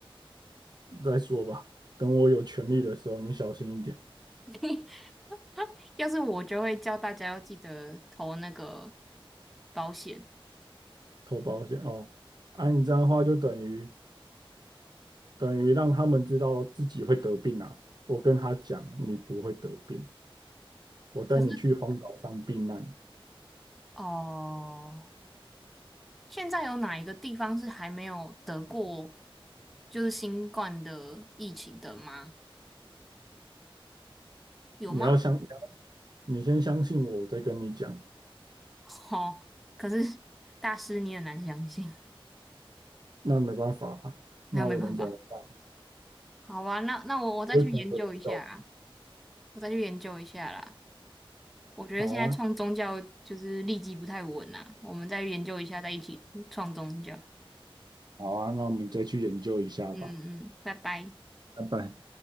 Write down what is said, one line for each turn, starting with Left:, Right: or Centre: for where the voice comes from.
Right: 再说吧，等我有权利的时候，你小心一点。
Centre: <laughs> 要是我就会叫大家要记得投那个保险。
Right: 投保险哦，按你这样的话就等于等于让他们知道自己会得病啊。我跟他讲，你不会得病，我带你去荒岛上避难，
Centre: 可是哦。现在有哪一个地方是还没有得过就是新冠的疫情的吗？有吗？
Right: 你要相，你先相信我，我再跟你讲。
Centre: <laughs> 哦，可是大师你很难相信，
Right: 那没办法啊，那我能怎么办？
Centre: 那没办法。好啊，那那我我再去研究一下啊，
Right: 我会从不到
Centre: 我再去研究一下啦。我觉得现在创宗教就是立基不太稳啊，
Right: 好啊，
Centre: 我们再研究一下，再一起创宗教。
Right: 好啊，那我们再去研究一下吧。
Centre: 嗯嗯，拜拜。
Right: 拜拜。